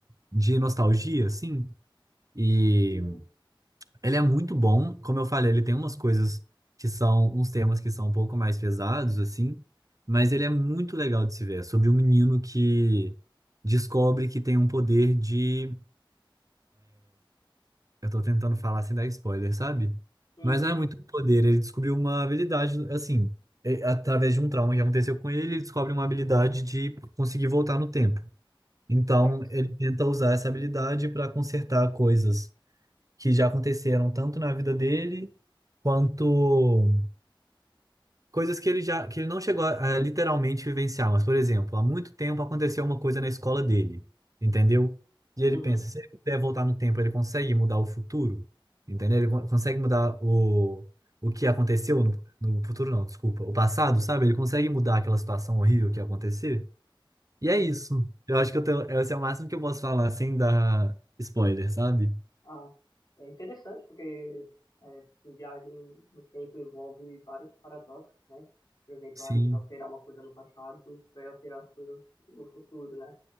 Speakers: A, on the right; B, on the left.
A: de nostalgia, assim. E
B: Sim.
A: ele é muito bom, como eu falei, ele tem umas coisas que são, uns temas que são um pouco mais pesados, assim, mas ele é muito legal de se ver, É sobre um menino que descobre que tem um poder de Eu tô tentando falar sem dar spoiler, sabe?
B: Uhum,
A: Mas não é muito poder. Ele descobriu uma habilidade, assim, é, através de um trauma que aconteceu com ele, ele descobre uma habilidade de conseguir voltar no tempo. Então,
B: certo.
A: ele tenta usar essa habilidade para consertar coisas que já aconteceram tanto na vida dele quanto coisas que ele já que ele não chegou a, a literalmente vivenciar, mas por exemplo, há muito tempo aconteceu uma coisa na escola dele, entendeu? E
B: Uhum,
A: ele pensa, se ele puder voltar no tempo, ele consegue mudar o futuro, entendeu? Ele con- consegue mudar o o que aconteceu no, no futuro não, desculpa, o passado, sabe? Ele consegue mudar aquela situação horrível que ia acontecer. E
B: sim.
A: é isso. Eu acho que eu tenho, esse é o máximo que eu posso falar sem dar spoiler, sabe?
B: Ah, é interessante porque é, em viagem no tempo envolve vários paradoxos, né? Por exemplo,
A: Sim,
B: ah, você alterar uma coisa no passado vai alterar as coisas no futuro, né?